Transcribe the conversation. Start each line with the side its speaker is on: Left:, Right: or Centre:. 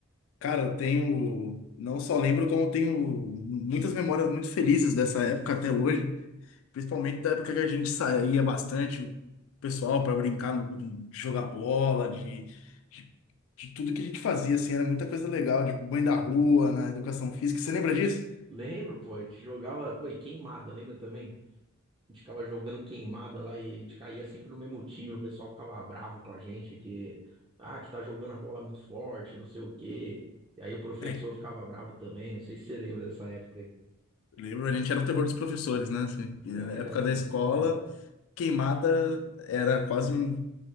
Left: Cara, eu tenho, não só lembro, como tenho muitas memórias muito felizes dessa época até hoje, principalmente da época que a gente saía bastante, o pessoal, para brincar, no- de jogar bola, de, de, de tudo que a gente fazia, assim, era muita coisa legal, de banho da rua, na educação física. Você lembra disso?
Right: Lembro, pô, a gente jogava, pô, e queimada, lembra também? A gente ficava jogando queimada lá e a gente caía sempre no mesmo time. O pessoal ficava bravo com a gente que, ah, que tá jogando a bola muito forte, não sei o quê. E aí o professor
Left: É,
Right: ficava bravo também. Não sei se você lembra dessa época aí.
Left: lembro, a gente era o terror dos professores, né? Assim, na
Right: É,
Left: época
Right: com
Left: da escola,
Right: certeza.
Left: queimada era quase um,